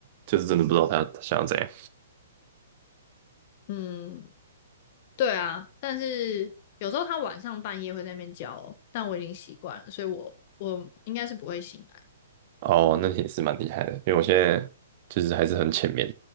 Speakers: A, on the right (about 40°); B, on the left (about 40°).
A: 就是真的不知道他他想要怎样。
B: 嗯，对啊，但是有时候它晚上半夜会在那边叫哦但我已经习惯了，所以我我应该是不会醒来
A: 哦，那也是蛮厉害的，因为我现在就是还是很浅面，